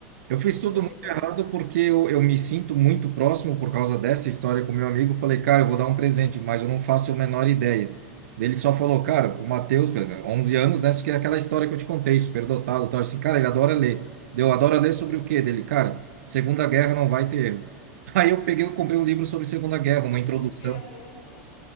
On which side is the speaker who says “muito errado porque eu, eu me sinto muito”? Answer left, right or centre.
Right